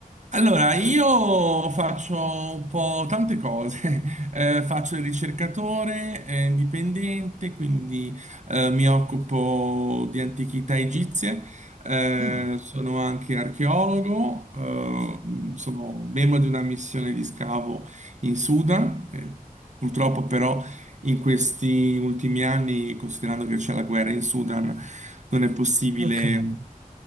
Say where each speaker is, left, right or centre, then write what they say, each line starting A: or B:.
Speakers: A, on the right; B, on the right.
A: Allora, io faccio un po' tante cose, <laughs> Eh, faccio il ricercatore eh, indipendente, quindi eh, mi occupo di antichità egizie, Eh,
B: Ah,
A: sono anche archeologo, eh, sono membro di una missione di scavo in Sudan, Eh, purtroppo però in questi ultimi anni, considerando che c'è la guerra in Sudan, non è possibile
B: Non Ho capito.